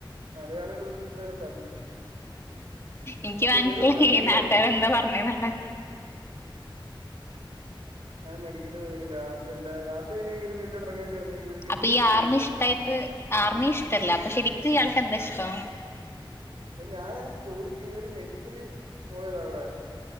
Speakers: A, on the right; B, on the left.
A: മലയാളികൾ കൂടെ നിന്ന് ചതിക്കും
B: ഇൻക്ക്
A: സത്യം
B: മനസിലായി
A: ചെയ്തിട്ടന്ന എനിക്ക് മനസ്സിലായത്
B: ഈ നാട്ടാര് എന്താ പറഞ്ഞേന്നള്ള <inaudible>
A: ഞാൻ മെഡിക്കല് പോയില്ല ഹാസ്റ്റൽല. ലാസ്റ്റ് പിന്നെ ഈ ഒരു ഫീൽഡിലോട്ട് ഇറങ്ങേണ്ടി വന്നു ഈ ഒരു ഫീൽഡിൽ
B: അപ്പൊ ഈ
A: തന്നെ ഇപ്പ
B: ആർമി
A: നിൽക്കുവാ
B: ഇഷ്ടായിട്ട് ആർമി ഇഷ്ടല്ല അപ്പൊ ശരിക്കും ഇയാൾക്ക് എന്താ ഇഷ്ടം?
A: പ്പം ഞാനത് ക്ക്യോടി കേറി മെഡിക്കല് പോയത അവിടെ